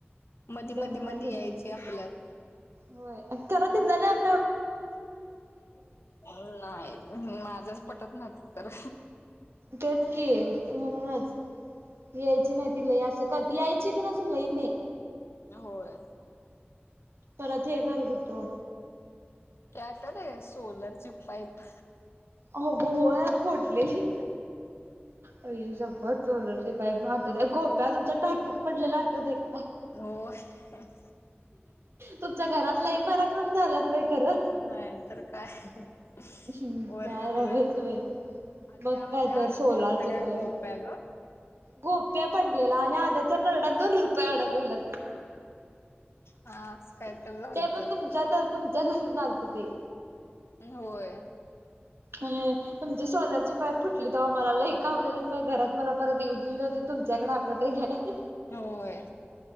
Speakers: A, on the left; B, on the right.
A: मधी मधी
B: धनो‌
A: मधी
B: एक होती
A: यायचे आपल्यात
B: होय तीच आणि आम
A: नाही माझंच पटत नाही नव्हतं तर
B: तेच की म्हणूनच यायची नाही तिला या कधी यायच ची पणा अस लय नाय
A: होय
B: परत हे करत होतो,
A: ती आठवय काय सोलरची पाईप
B: हो ग हो फोटलेली आई शपथ सोलरची पाईप म्हाताऱ्या, गोप्या तुमच्या टाकीत पडलेला आठवताय काय
A: हो हं
B: तुमच्या घरात लय पराक्रम झाल्यात बाई खरंच.
A: नाही तर काय
B: ह्
A: वरती
B: काय नव्हच बाई
A: आद्या
B: मग
A: आद्या
B: काय तर
A: अडकलं
B: सोलारचे
A: होतं काय
B: पाईप,
A: गोप्या ग
B: गोप्या पडलं त्याला आणि आद्याच्या नरडात दोन रुपये अडकलेले
A: हा असं काय
B: ते
A: तर झालत
B: पण तुमच्यातच तुमच्यातच झालात ते
A: होय
B: आणि तुमची सोलर ची पाईप फुटली तवा मला लय कावल्यालीत घरात मला परत येऊ दिली नव्हती तुमच्याकडे, आठवते काय?
A: होय